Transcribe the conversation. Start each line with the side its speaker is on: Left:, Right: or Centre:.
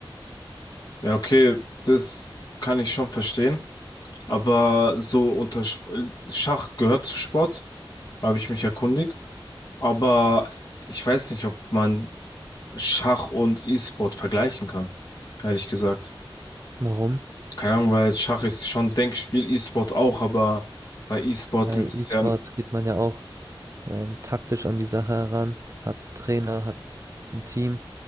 Left: Ja, okay, das kann ich schon verstehen. Aber so unter Sp- Schach gehört zu Sport, habe ich mich erkundigt. Aber ich weiß nicht, ob man Schach und E-Sport vergleichen kann, ehrlich gesagt.
Right: Warum?
Left: Keine Ahnung, weil Schach ist schon Denkspiel, E-Sport auch, aber bei E-Sport
Right: Bei
Left: ist
Right: E-Sport
Left: es ja,
Right: geht man ja auch ähm, taktisch an die Sache heran, hat einen Trainer, hat ein Team